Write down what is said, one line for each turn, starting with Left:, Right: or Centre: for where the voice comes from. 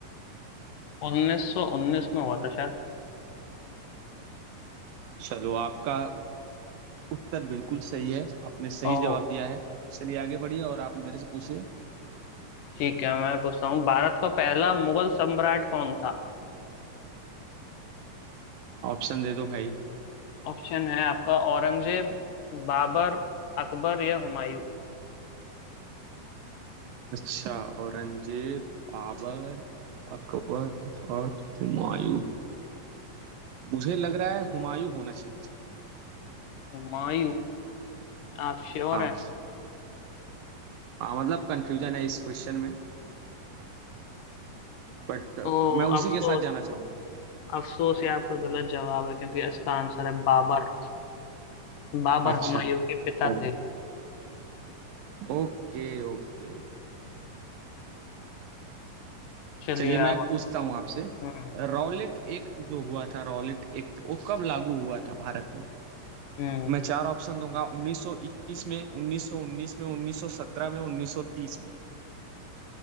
Left: 1919 में हुआ था शायद
Right: चलो आपका उत्तर बिल्कुल सही है आपने सही
Left: ओह
Right: जवाब दिया है चलिए आगे बढ़िए और आप मेरे से पूछिए
Left: ठीक है मैं पूछता हूँ भारत का पहला मुगल सम्राट कौन था
Right: ऑप्शन दे दो भाई
Left: ऑप्शन है आपका औरंगजेब बाबर अकबर या हुमायूं
Right: अच्छा औरंगजेब बाबर अकबर और हुमायूं मुझे लग रहा है हुमायूं होना चाहिए
Left: हुमायूं आप श्योर
Right: हाँ
Left: हैं
Right: हाँ मतलब कंफ्यूजन है इस क्वेश्चन में बट
Left: ओ
Right: मैं उसी
Left: अफसोस
Right: के साथ जाना चाहूंगा
Left: अफसोस ये आपका गलत जवाब है क्योंकि इसका आंसर है बाबर बाबर
Right: अच्छा
Left: हुमायूं के पिता
Right: ओके
Left: थे
Right: Okay okay
Left: चलिए
Right: चलिए मैं
Left: आप
Right: पूछता हूँ आपसे
Left: हम्म
Right: रॉलेट एक्ट जो हुआ था रॉलेट एक्ट वो कब लागू हुआ था भारत में
Left: हम्म
Right: मैं चार ऑप्शन दूंगा 1921 में 1919 में 1917 में 1930 में